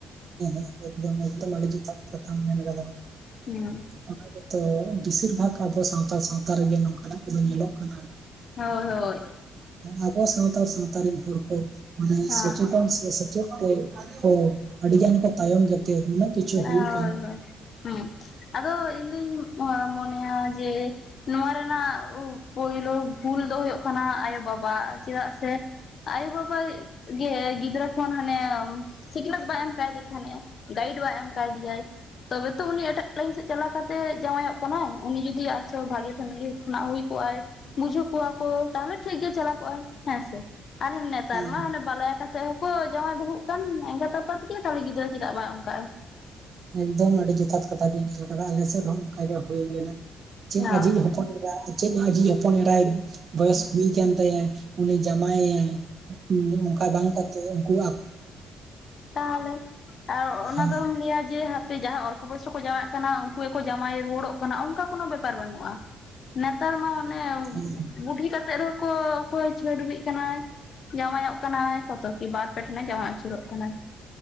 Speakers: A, on the right; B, on the left.
A: <unintelligible> ᱠᱟᱛᱷᱟᱢ ᱢᱮᱱ ᱠᱟᱫᱟᱢ ᱾
B: ᱦᱮᱸ <unintelligible>
A: ᱚᱱᱟ ᱜᱮᱛᱚ ᱟᱵᱚ ᱵᱮᱥᱤᱨ ᱵᱷᱟᱜᱽ ᱟᱵᱚ ᱥᱟᱱᱛᱟᱲ ᱥᱟᱶᱛᱟ ᱨᱮᱜᱮ ᱱᱚᱝᱠᱟᱱᱟᱜ ᱠᱚᱫᱚ ᱧᱮᱞᱚᱜ ᱠᱟᱱᱟ ᱾
B: ᱦᱳᱭ ᱦᱳᱭ
A: ᱟᱵᱚ ᱥᱟᱶᱛᱟᱲ ᱥᱟᱶᱛᱟ ᱨᱤᱱ ᱦᱚᱲ ᱠᱚ ᱢᱟᱱᱮ
B: ᱦᱮᱸ
A: ᱥᱚᱪᱮᱛᱚᱱ ᱥᱮ ᱥᱮᱪᱮᱫ ᱛᱮ ᱠᱚ ᱟᱹᱰᱤᱜᱟᱱ ᱠᱚ ᱛᱟᱭᱚᱢ ᱜᱮᱛᱮ ᱱᱩᱱᱟᱹᱜ ᱠᱤᱪᱷᱩ
B: ᱦᱳᱭ
A: ᱦᱩᱭᱩᱜ ᱠᱟᱱ᱾
B: ᱦᱳᱭ ᱦᱩᱸ, ᱟᱫᱚ ᱤᱧᱫᱩᱧ ᱢᱚᱱᱮᱭᱟ ᱡᱮ ᱱᱚᱣᱟ ᱨᱮᱱᱟᱜ ᱯᱳᱭᱞᱳ ᱵᱷᱩᱞ ᱫᱚ ᱦᱳᱭᱳᱜ᱾ ᱠᱟᱱᱟ ᱟᱭᱳ ᱵᱟᱵᱟ ᱟᱜ᱾ ᱪᱮᱫᱟᱜ ᱥᱮ ᱟᱭᱳ ᱵᱟᱵᱟ ᱜᱮ ᱜᱤᱫᱽᱨᱟᱹ ᱠᱷᱚᱱ ᱦᱟᱱᱮ ᱥᱤᱠᱷᱱᱟᱹᱛ ᱵᱟᱭ ᱮᱢ ᱠᱟᱭ ᱫᱮᱠᱷᱟᱱᱮ, ᱜᱟᱭᱤᱰ ᱵᱟ ᱮᱢ᱾ ᱠᱟᱣ ᱫᱮᱭᱟᱭ ᱛᱚᱵᱮ ᱛᱚ ᱩᱱᱤ ᱮᱴᱟᱜ ᱞᱟᱭᱤᱱ ᱥᱮᱜ ᱪᱟᱞᱟᱣ ᱠᱟᱛᱮ ᱡᱟᱶᱟᱭᱚᱜ᱾ ᱠᱟᱱᱟᱭ ᱩᱱᱤ ᱡᱩᱫᱤ ᱟᱥᱚ ᱵᱷᱟᱜᱮ ᱯᱷᱮᱢᱮᱞᱤ᱾ ᱠᱷᱚᱱᱟᱜ ᱦᱩᱭ ᱠᱚᱜ-ᱟᱭ ᱵᱩᱡᱷᱟᱹᱣ ᱠᱚᱣᱟ ᱠᱚ ᱛᱟᱦᱞᱮ ᱴᱷᱤᱠ ᱜᱮ ᱪᱟᱞᱟ ᱠᱚᱜ-ᱟᱭ ᱦᱮᱸ ᱥᱮ ᱟᱨ ᱱᱮᱛᱟᱨ
A: ᱦᱮᱸ
B: ᱢᱟ ᱚᱱᱮ ᱵᱟᱞᱟᱭᱟ ᱠᱟᱛᱮ ᱦᱚᱸᱠᱚ ᱡᱟᱶᱟᱭ ᱵᱟᱹᱦᱩᱜ ᱠᱟᱱ ᱮᱸᱜᱟᱛ ᱟᱯᱟᱛᱜᱮ ᱛᱟᱦᱞᱮ ᱜᱤᱫᱽᱨᱟᱹ ᱪᱮᱫᱟᱜ ᱵᱟᱭ ᱚᱝᱠᱟᱜ-ᱟᱭ᱾
A: ᱮᱠᱫᱚᱢ ᱟᱹᱰᱤ ᱡᱚᱛᱷᱟᱛ ᱠᱟᱛᱷᱟ ᱵᱤᱱ ᱢᱮᱱ ᱟᱠᱟᱫᱟ, ᱟᱞᱮ ᱥᱮᱫ ᱨᱮᱦᱚᱸ ᱚᱝᱠᱟᱜᱮ ᱜᱮ ᱦᱳᱭ ᱞᱮᱱᱟ᱾ ᱪᱮᱫ
B: ᱦᱮᱸ
A: ᱟᱡᱤᱡ ᱦᱚᱯᱚᱱ ᱮᱨᱟ, ᱪᱮᱫ ᱟᱡᱤᱡ ᱦᱚᱯᱚᱱ ᱮᱨᱟᱭ᱾ ᱵᱚᱭᱮᱥ ᱦᱩᱭ ᱠᱟᱱ ᱛᱟᱭᱟᱭ ᱩᱱᱤ ᱡᱟᱢᱟᱭᱟᱭ, ᱚᱝᱠᱟ ᱵᱟᱝ ᱠᱟᱛᱮ ᱩᱝᱠᱩ
B: ᱛᱟᱦᱞᱮ ᱟᱨ ᱚᱱᱟ
A: ᱦᱮᱸ
B: ᱫᱚᱢ ᱞᱟᱹᱭᱟ ᱡᱮ ᱦᱟᱯᱮ ᱡᱟᱦᱟᱸ ᱚᱞ ᱯᱚ ᱵᱚᱭᱮᱥ ᱨᱮ ᱠᱚ ᱡᱟᱶᱟᱭᱚᱜ ᱠᱟᱱᱟ, ᱩᱱᱠᱩ ᱜᱮᱠᱚ ᱡᱟᱢᱟᱭ ᱨᱩᱣᱟᱹᱲᱚᱜ ᱠᱟᱱᱟ ᱚᱝᱠᱟ ᱠᱳᱱᱳ ᱵᱮᱯᱟᱨ ᱵᱟᱹᱱᱩᱜ-ᱟ᱾ ᱱᱮᱛᱟᱨ ᱢᱟ ᱚᱱᱮ
A: ᱦᱮᱸ
B: ᱵᱩᱰᱷᱤ ᱠᱟᱛᱮᱜ ᱨᱮᱦᱚᱸ ᱠᱚ ᱚᱠᱚᱭ ᱪᱷᱟᱹᱰᱵᱤᱜ ᱠᱟᱱᱟᱭ, ᱡᱟᱢᱟᱭᱚᱜ ᱠᱟᱱᱟᱭ ᱠᱚᱛᱚ ᱠᱤ ᱵᱟᱨ ᱯᱮ ᱴᱷᱮᱱᱮ ᱡᱟᱶᱟᱭ ᱟᱹᱪᱩᱨᱚᱜ ᱠᱟᱱᱟᱭ᱾